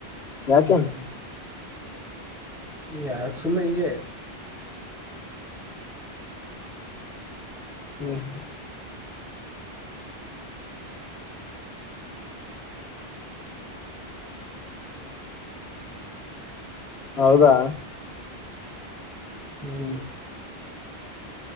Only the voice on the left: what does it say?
ಯಾಕೇನ್
ಹ್ಮ್ ಹ್ಮ್ ಹೌದಾ